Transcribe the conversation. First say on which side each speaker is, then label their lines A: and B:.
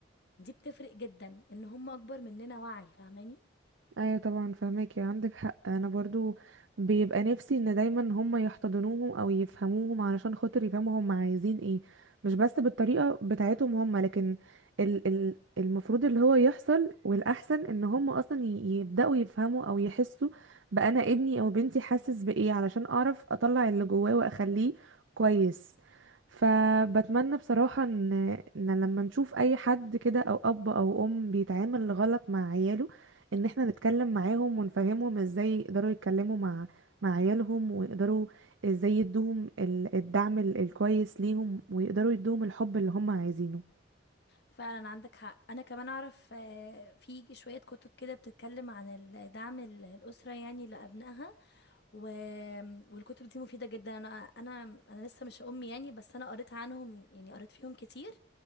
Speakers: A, on the left; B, on the right.
A: دي بتفرق جدا ان هم اكبر مننا وعي فاهماني
B: ايوه طبعا فهماكي عندك حق انا برضو بيبقى نفسي ان دايما هم يحتضنوهم او يفهموهم علشان خاطر يفهموا هم عايزين ايه مش بس بالطريقه بتاعتهم هم لكن ال ال المفروض اللي هو يحصل والاحسن ان هم اصلا ي- يبداوا يفهموا او يحسوا بانا ابني او بنتي حاسس بايه علشان اعرف اطلع اللي جواه واخليه كويس فبتمنى بصراحة ان إن لما نشوف اي حد كده او اب او ام بيتعامل غلط مع عياله ان احنا نتكلم معاهم ونفهمهم ازاي يقدروا يتكلموا مع مع عيالهم ويقدروا ازاي يدوهم ال- الدعم ال- الكويس ليهم ويقدروا يدوهم الحب اللي هم عايزينه
A: فعلا عندك حق انا كمان اعرف آه، في شوية كتب كده بتتكلم عن ال- دعم ال- الأسرة يعني لأبنائها و... والكتب دي مفيدة جدا انا انا انا لسه مش ام يعني بس انا قريت عنهم يعني قريت فيهم كتير